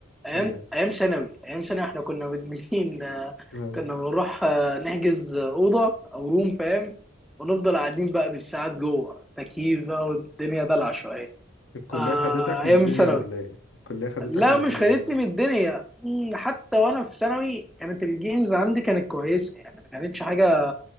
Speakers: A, in the centre; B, on the left (about 70°).
A: ايام
B: ايه
A: ايام ثانوي ايام ثانوي احنا كنا مدمنين آه،
B: اه.
A: كنا بنروح آه، نحجز آه، اوضه او روم فاهم ونفضل قاعدين بقى بالساعات جوه تكييف بقى والدنيا دلع شويه
B: الكلية
A: آه
B: خدتك
A: ايام
B: من الدنيا
A: ثانوي
B: ولا ايه الكلية خدتك
A: لا
B: من الدنيا
A: مش خدتني
B: ولا ايه
A: من الدنيا مم، حتى وانا في ثانوي كانت الجيمز عندي كانت كويسه يعني ما كانتش حاجه